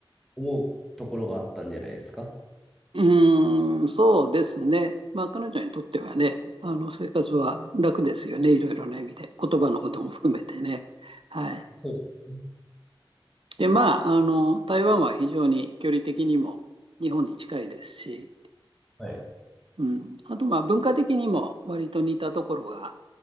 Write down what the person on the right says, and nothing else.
うーん、そうですね。まあ、彼女にとってはね、あの生活は楽ですよね、いろいろな意味で、言葉のことも含めてね。はい。
で、まあ、あの、台湾は非常に距離的にも日本に近いですし、
うん、あと、まあ、文化的にも割と似たところが